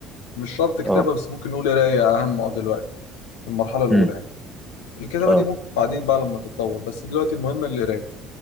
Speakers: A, on the left (about 80°); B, in the centre.
A: مش شرط كتابه
B: اه
A: بس ممكن نقول قرايه اهم آه، دلوقتي في المرحله الاولى
B: امم
A: يعني الكتابه
B: اه
A: دي ممكن بعدين بقى لما تتطور بس دلوقتي المهم القرايه